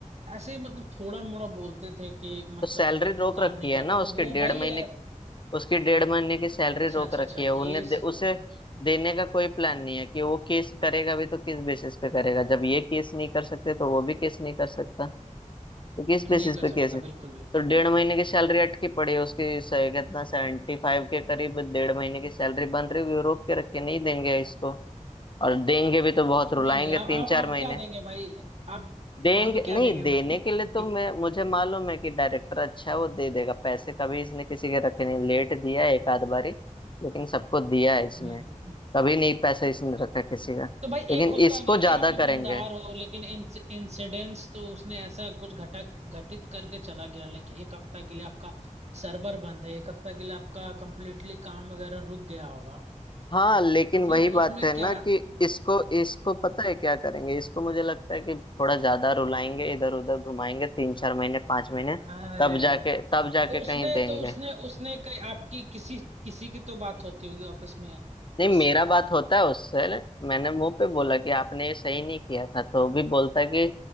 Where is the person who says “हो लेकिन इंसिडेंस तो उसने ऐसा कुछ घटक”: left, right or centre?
Right